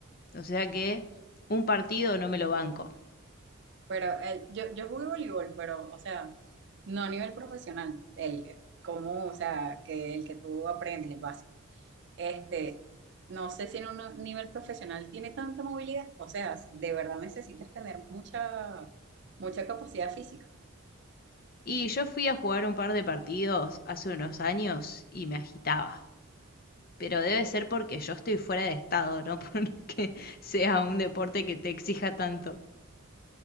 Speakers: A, on the left; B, on the right.
A: O sea que un partido no me lo banco.
B: Pero el, yo, yo jugué voleibol, pero, o sea, no a nivel profesional, el, como, o sea, que el que tú aprendes, el básico. Este, no sé si en un nivel profesional tiene tanta movilidad, o sea, de verdad necesitas tener mucha, mucha capacidad física,
A: Y yo fui a jugar un par de partidos hace unos años y me agitaba. Pero debe ser porque yo estoy fuera de estado, no <laughs> porque sea un deporte que te exija tanto.